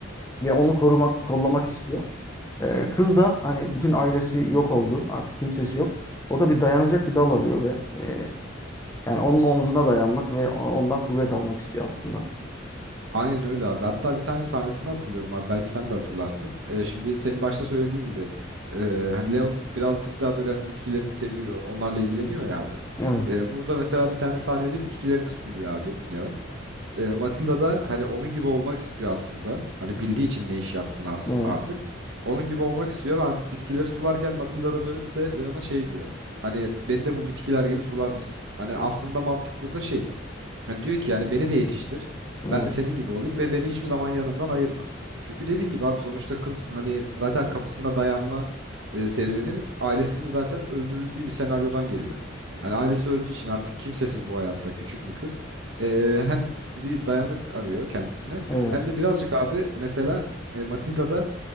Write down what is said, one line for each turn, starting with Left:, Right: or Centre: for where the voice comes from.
Left: ve onu korumak, kollamak istiyor. Ee, kız da hani bütün ailesi yok oldu. Artık kimsesi yok. O da bir dayanacak bir dal arıyor ve e, yani onun omzuna dayanmak ve ondan kuvvet almak istiyor aslında.
Right: Aynen öyle abi. Hatta bir tane sahnesini hatırlıyorum abi. Belki sen de hatırlarsın. Ee, şimdi senin başta söylediğin gibi e, hani Leon birazcık daha böyle hani bitkilerini seviyor. Onlarla ilgileniyor ya abi.
Left: Evet.
Right: Ee, burada mesela bir tane sahnede bitkilerini suluyor abi Leon. Ee, Matilda da hani onun gibi olmak istiyor aslında. Hani bildiği için ne iş yaptın
Left: Evet.
Right: artık. Onun gibi olmak istiyor ama bitkileri sularken Matilda da dönüp de Leon'a şey diyor. Hani beni de bu bitkiler gibi sular mısın? Hani aslında mantık burada şey. Yani diyor ki yani beni de yetiştir.
Left: Evet.
Right: Ben de senin gibi olayım ve beni hiçbir zaman yanından ayırma. Çünkü dediğin gibi abi sonuçta kız hani zaten kapısına dayanma e, serüveni ailesinin zaten öldürüldüğü bir senaryodan geliyor. Hani ailesi öldüğü için artık kimsesiz bu hayatta küçük bir kız. E, hem bir dayanık arıyor kendisine
Left: Evet. Evet.
Right: hem de birazcık abi mesela e, Matilda'da